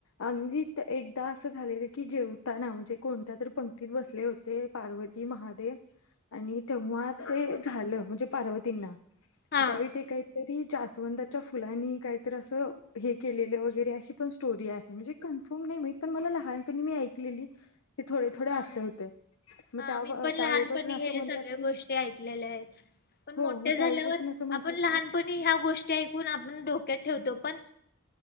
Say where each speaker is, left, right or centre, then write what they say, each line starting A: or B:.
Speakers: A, on the left (about 80°); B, on the left (about 50°).
A: आणि एकदा असं झालेलं की, जेवताना म्हणजे कोणत्यातरी पंक्तीत बसले होते. पार्वती, महादेव आणि तेव्हा ते झालं म्हणजे पार्वतींना
B: हा
A: त्यावेळी ते काहीतरी जास्वंदाच्या फुलांनी काहीतरी असं, हे केलेलं वगैरे अशी पण स्टोरी आहे, म्हणजे कन्फर्म नाही माहीत, पण मला लहानपणी मी ऐकलेली. ते थोडे-थोडे
B: हा
A: आठवतंय, मग
B: हा
A: त्याव-त्यावेळीपासून
B: मी पण लहानपणी
A: असं
B: हे
A: म्हणतात
B: सगळ्या
A: की
B: गोष्टी ऐकलेल्या आहेत मोठे
A: हो, मग
B: झाल्यावर
A: त्यावेळीपासून असं म्हणतात
B: आपण लहानपणी
A: की
B: पण ह्या गोष्टी ऐकून आपण डोक्यात ठेवतो, पण